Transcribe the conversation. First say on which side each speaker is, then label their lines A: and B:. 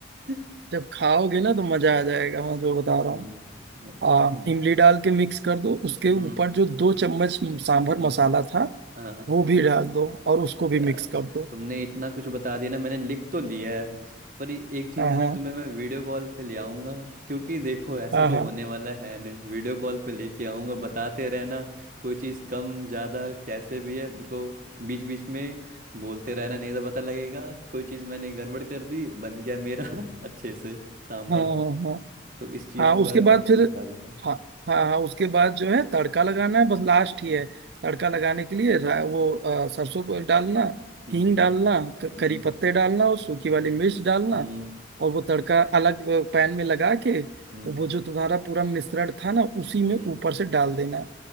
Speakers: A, on the right; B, on the right.
A: <laughs>
B: जब खाओगे ना तो मजा आ जाएगा मैं जो बता रहा
A: हम्म,
B: हूँ
A: हम्म,
B: हाँ इमली डाल के मिक्स कर दो उसके
A: हम्म,
B: ऊपर जो दो चम्मच सांभर
A: हम्म,
B: मसाला था
A: हाँ
B: वो भी डाल दो और उसको भी
A: यार
B: मिक्स कर दो
A: तुमने इतना कुछ बता दिया ना मैंने लिख तो लिया है पर ये- एक चीज
B: हाँ
A: है ना
B: हाँ
A: तुम्हें मैं वीडियो कॉल पे ले आऊंगा क्योंकि देखो ऐसे
B: हाँ
A: तो
B: हाँ
A: होने वाला है नहीं वीडियो कॉल पे लेके आऊंगा बताते रहना कोई चीज कम ज्यादा कैसे भी है मेरे को बीच बीच में बोलते रहना नहीं तो पता लगेगा कोई चीज मैंने गड़बड़ कर दी बन गया मेरा <laughs> अच्छे से सांभर
B: हाँ हाँ हाँ,
A: तो इस चीज
B: हाँ
A: के
B: उसके
A: बारे
B: बाद
A: में अच्छे
B: फिर
A: से बता दूंगा
B: हाँ हाँ हाँ उसके बाद जो है तड़का लगाना
A: हम्म
B: है बस लास्ट
A: हम्म
B: ही है तड़का लगाने के लिए रा- वो अ, सरसों को डालना
A: हम्म
B: हींग डालना क-
A: हम्म
B: करी पत्ते डालना और सूखी
A: हम्म
B: वाली मिर्च डालना
A: हम्म हम्म
B: और वो तड़का अलग पैन में लगा के
A: हम्म,
B: वो जो तुम्हारा पूरा मिश्रण था ना उसी में
A: हम्म,
B: ऊपर से डाल देना